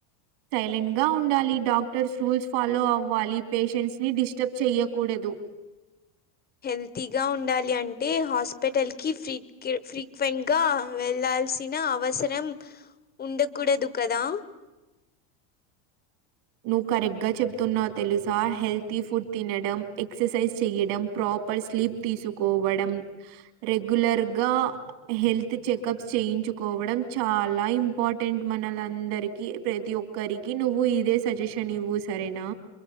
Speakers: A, on the right; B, on the left.
A: సైలెంట్గా ఉండాలి డాక్టర్స్ రూల్స్ ఫాలో అవ్వాలి పేషెంట్స్ని డిస్టర్బ్ చెయ్యకూడదు
B: హెల్తీగా ఉండాలి అంటే హాస్పిటల్కి ఫ్రీ కే ఫ్రీ ఫ్రెండ్గా వెళ్లాల్సిన అవసరం ఉండకూడదు కదా
A: నువ్వు కరెక్ట్గా చెప్తున్నావు తెలుసా హెల్తీ ఫుడ్ తినడం ఎక్సర్సైజ్ చెయడం ప్రాపర్ స్లీప్ తీసుకోవడం రెగ్యులర్గా హెల్త్ చెకప్స్ చేయించుకోవడం చాలా ఇంపార్టెంట్ మనలందరికి ప్రతి ఒక్కరికి నువ్వు ఇదే సజెషన్ ఇవ్వు సరేనా